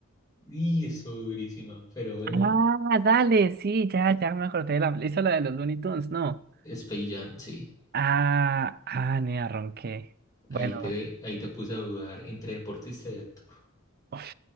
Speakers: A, on the left; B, on the right.
A: Y eso durísima, pero bueno,
B: Ah, dale, sí, ya, ya me acordé de la... Hizo la de los Looney Tunes, ¿no?
A: es Space Jam, sí.
B: Ah, ah, nea, ronqué. Bueno,
A: Ahí te, ahí te puse a dudar entre deportista y actor.
B: Uf,